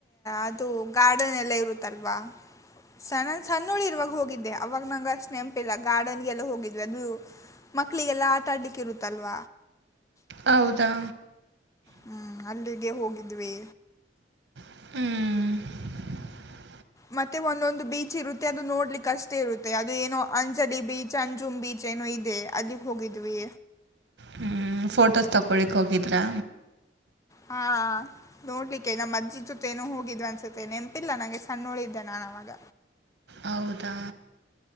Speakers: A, on the left; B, on the right.
A: ಅದು ಗಾರ್ಡನ್ ಎಲ್ಲ ಇರುತ್ತಲ್ವಾ ಸಣನ್ ಸಣ್ಣುಳಿ ಇರುವಾಗ ಹೋಗಿದ್ದೆ ಅವಾಗ ನಂಗ ಅಷ್ಟ ನೆಂಪಿಲ್ಲ ಗಾರ್ಡನ್ಗೆಲ್ಲ ಹೋಗಿದ್ವಿ ಅದು ಮಕ್ಳಿಗೆಲ್ಲ ಆಟಾಡ್ಲಿಕ್ಕೆ ಇರುತ್ತಲ್ವ
B: ಹೌದಾ
A: ಹ್ಮ್ ಅಲ್ಲಿಗೆ ಹೋಗಿ ಇದುವೇ
B: ಹ್ಮ್
A: ಮತ್ತೆ ಒಂದೊಂದು ಬೀಚ್ ಇರುತ್ತೆ ಅದು ನೋಡ್ಲಿಕ್ ಅಷ್ಟೇ ಇರುತ್ತೆ ಅದು ಏನೋ ಅಂಜಲಿ ಬೀಚ್ ಅಂಜುಮ್ ಬೀಚ್ ಏನೋ ಇದೆ ಅಲ್ಲಿಗ್ ಹೋಗಿದ್ವಿ
B: ಹ್ಮ ಫೋಟೋಸ್ ತಕೊಳಿಕ್ ಹೋಗಿದ್ರಾ
A: ಹಾ ನೋಡ್ಲಿಕ್ಕೆೇ ನಮ್ಮ ಅಜ್ಜಿ ಜೊತೆೇನೂ ಹೋಗಿದ್ವಿ ಅನ್ಸುತ್ತೆ ನೆನಪಿಲ್ಲ ನಂಗೆ ಸಣ್ಣೋಳಿದ್ದೆ ನಾನು ಅವವಾಗ
B: ಹೌದಾ